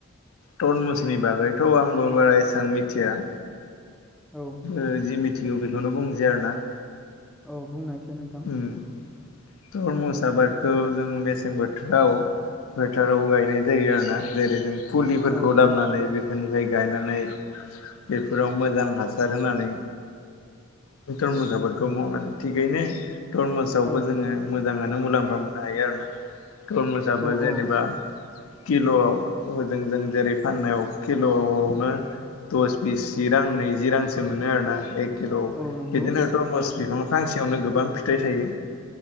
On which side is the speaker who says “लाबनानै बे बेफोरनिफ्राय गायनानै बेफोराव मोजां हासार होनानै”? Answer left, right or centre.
Left